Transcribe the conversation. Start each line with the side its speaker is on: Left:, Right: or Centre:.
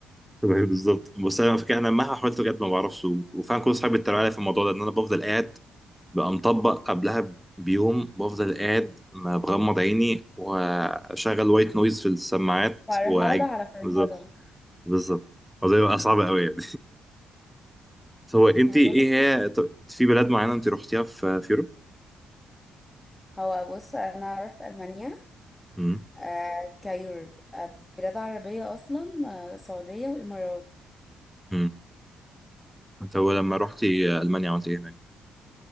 Centre: أيوة <laughs> بالظبط بس انا فاكر انا مهما حاولت بجد ما بعرفش و- وفعلا كل اصحابي بيتريقوا عليا في الموضوع ده ان انا بفضل قاعد بقى مطبق قبلها بيوم بفضل قاعد ما بغمض عيني واشغل وايت نويز في السماعات
Left: فرهدة
Centre: واعج
Left: على فرهدة
Centre: بالظبط بالظبط الموضوع بيبقى صعب قوي يعني <laughs> هو انت
Left: انا
Centre: ايه
Left: بقول لك
Centre: هي
Left: ايه
Centre: طب انت في بلاد معينه انت رحتيها في في اوروبا؟
Left: هو بص انا رحت المانيا
Centre: امم
Left: آه كيورب آه بلاد عربيه اصلا آه سعوديه وامارات
Centre: امم انت هو لما رحتي المانيا عملت ايه هناك؟